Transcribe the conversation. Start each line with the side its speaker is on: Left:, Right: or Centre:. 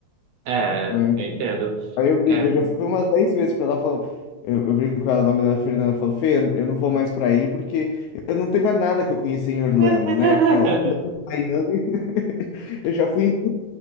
Right: É,
Left: né?
Right: eu entendo.
Left: Aí eu brigo,
Right: É.
Left: eu já fui umas 10 vezes pra ela, falou, eu, eu brinco com ela, o nome dela é Fernanda, eu falo, Fê, eu não vou mais pra aí porque eu não tenho mais nada que eu conheci em Orlando,
Right: <laughs>
Left: né? Orlando, Miami, <laughs> eu já fui em